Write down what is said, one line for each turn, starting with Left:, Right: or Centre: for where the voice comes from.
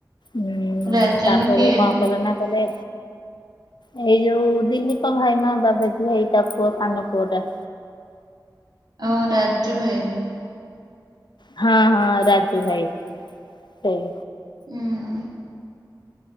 Left: ହୁଁ
Right: ରାଜନ
Left: ତାପରେ
Right: କିଏ
Left: କଣ କହିଲା ନା କହିଲେ ଏଇ ଯୋଉ ଦିଲୀପ ଭାଇ ମା ବାବାଜି ଏଇଟା ପୁଅ ସାନ ପୁଅ ଟା।
Right: ଓ ରାଜୁ ଭାଇ
Left: ହଁ ହଁ ରାଜୁ ଭାଇ ସେଇ
Right: ହୁଁ।